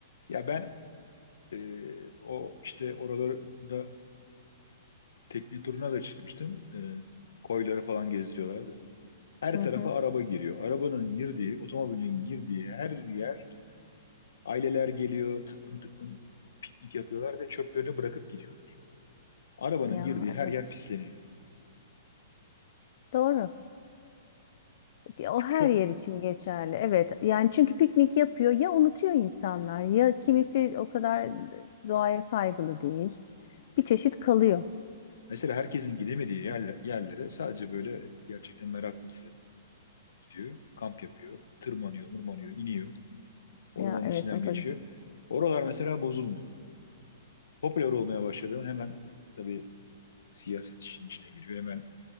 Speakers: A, on the left; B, on the left.
A: Ya ben e, o işte oralarda tekne turuna da çıkmıştım. Ee, koyları falan gezdiriyorlardı. Her
B: Hı
A: tarafa
B: hı.
A: araba geliyor. Arabanın girdiği, otomobilin girdiği her yer aileler geliyor, tıklım tıklım piknik yapıyorlar ve çöplerini bırakıp gidiyorlar. Arabanın
B: Ya
A: girdiği her
B: evet.
A: yer pisleniyor.
B: Doğru. Ya O her
A: Çok
B: yer için geçerli. Evet. Yani çünkü piknik yapıyor ya unutuyor insanlar ya kimisi o kadar doğaya saygılı değil. Bir çeşit kalıyor.
A: mesela herkesin gidemediği yerle- yerlere sadece böyle gerçekten meraklısı gidiyor, kamp yapıyor, tırmanıyor, mırmanıyor, iniyor, ormanın
B: Ya evet
A: içinden
B: o
A: geçiyor.
B: da
A: Oralar mesela bozulmuyor. Popüler olmaya başladı. mı Hemen tabii siyaset işin içine giriyor. Hemen